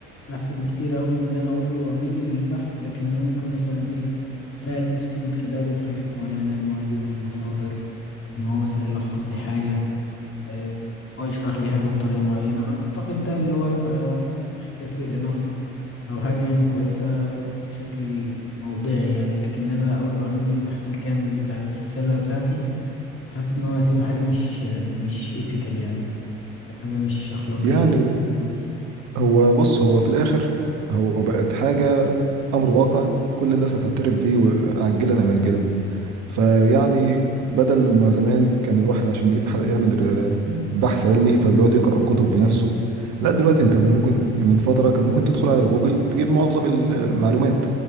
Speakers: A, on the left; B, on the right.
A: احسن بكتير قوي من ان انا اقول له اعمل لي البحث لكن انا ممكن مثلا ايه اساعد نفسي من خلاله في حاجات معينة ان هو يجيب لي المصادر ان هو مثلا يلخص لي حاجة آه، ان هو يشرح لي حاجة بطريقة معينة اعتقد ده اللي هو يبقى حاجة fair enough او حاجة يعني كويسة بشكل موضعي يعني لكن انا اقول له اعمل لي البحث الكامل بتاع الرسالة بتاعتي حاسس ان هو هتبقى حاجة مش مش ethical يعني او حاجة مش اخلاقية
B: يعني هو بص هو في الاخر هو بقت حاجه امر واقع كل الناس هتعترف بيه و- عاجلا ام اجلا فيعني بدل ما زمان كان الواحد عشان يبحث يعمل ر- بحث علمي فبيقعد يقرأ الكتب بنفسه لا دلوقتي انت ممكن من فترة كان ممكن تدخل على جوجل تجيب معظم المعلومات